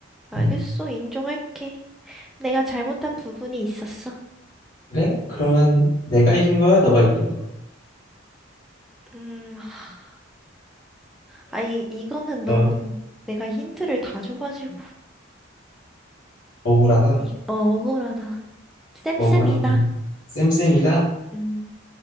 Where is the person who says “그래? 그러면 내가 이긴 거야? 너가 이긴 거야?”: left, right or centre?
Left